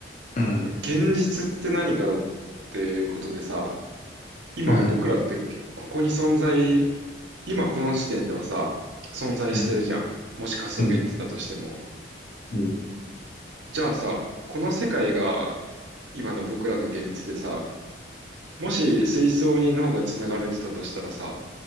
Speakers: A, on the left; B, on the right.
A: うん。
B: だ現実って何かだってことでさ、今僕らってここに存在、
A: うん。
B: 今この時点ではさ、存在してるじゃん。
A: うん。
B: もし仮想現実だとしても。
A: うん。うん。
B: じゃあさ、この世界が今の僕らの現実でさ、もし水槽に脳が繋がれてたとしたらさ、